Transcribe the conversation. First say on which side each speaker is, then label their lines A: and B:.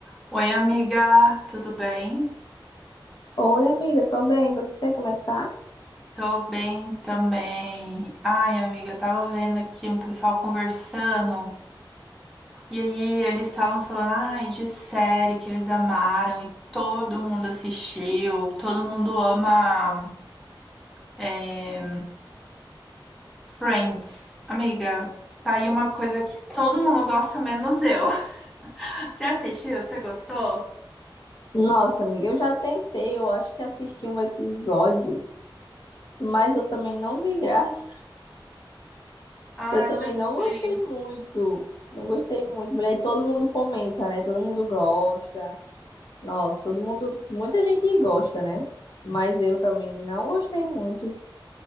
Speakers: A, in the centre; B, on the left (about 55°).
A: Oi, amiga, tudo bem?
B: Oi, amiga, tô bem. E Você, como é que tá?
A: Tô bem também. Ai, amiga, tava vendo aqui um pessoal conversando e aí eles estavam falando, ai, de série que eles amaram e todo mundo assistiu, todo mundo ama é, Friends. Amiga, tá aí uma coisa que todo mundo gosta, menos eu. <laughs> Você assistiu? Você gostou?
B: Nossa, amiga, eu já tentei, eu acho que assisti um episódio, mas eu também não vi graça.
A: Ai,
B: Eu também
A: você também.
B: não gostei muito. Não gostei muito. Mulher, e todo mundo comenta, né? Todo mundo gosta. Nossa, todo mundo. Muita gente gosta, né? Mas eu também não gostei muito.